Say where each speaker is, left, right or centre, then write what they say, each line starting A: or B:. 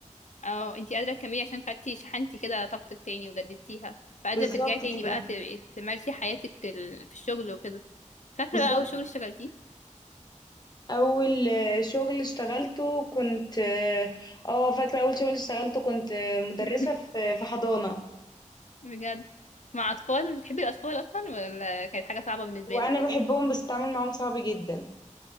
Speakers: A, on the left; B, on the left.
A: اه انتي قادرة تكملي عشان خدتي شحنتي كده طاقتك تاني وجددتيها فقادرة
B: بالظبط
A: ترجعي تاني
B: كده
A: بقى ت- تمارسي حياتك ال- في الشغل وكده فاكرة
B: بالظبط
A: بقى أول شغل اشتغلتيه
B: اول آه، شغل اشتغلته كنت اه آه، فاكره اول شغل اشتغلته كنت آه، مدرسه
A: <laughs>
B: في في حضانه
A: بجد مع أطفال بتحبي الأطفال أصلا ولا كانت حاجة صعبة بالنسبة
B: وانا
A: لك
B: بحبهم بس التعامل معاهم صعب جدا